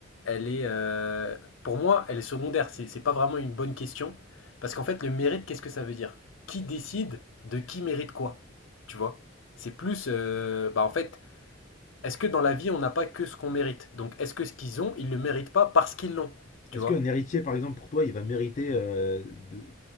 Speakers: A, on the left; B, on the left.
A: elle est, heu, pour moi, elle est secondaire. C'est c'est pas vraiment une bonne question parce qu'en fait, le mérite, qu'est-ce que ça veut dire? Qui décide de qui mérite quoi? Tu vois? C'est plus, heu, bah, en fait, est-ce que dans la vie, on n'a pas que ce qu'on mérite? Donc est-ce que ce qu'ils ont, ils le méritent pas parce qu'ils l'ont? Tu
B: Est-ce
A: vois?
B: qu'un héritier, par exemple, pour toi, il va mériter euh, de-